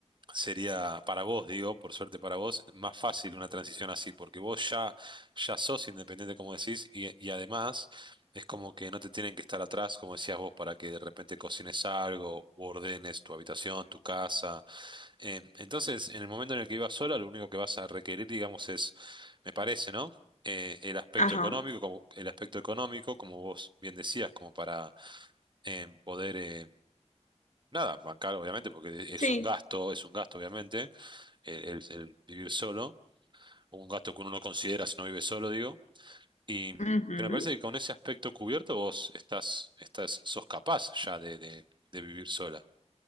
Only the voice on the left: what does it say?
ajá,
sí.
Ujú.